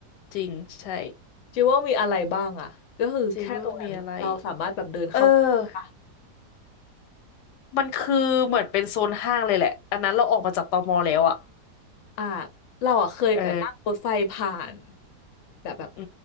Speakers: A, on the left; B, on the left.
A: จริงใช่
B: จิวว่ามีอะไรบ้างอ่ะก็คือแค่ตรงนั้นเราสามารถแบบเดินเข้าไปปะ
A: จิวเวลมีอะไรเออมันคือเหมือนเป็นโซนห้างเลยแหละอันนั้นเราออกมาจากตมแล้วอ่ะ
B: อ่าเราอ่ะเคยแต่นั่งรถไฟผ่าน
A: เออ
B: แบบแบบ
A: อื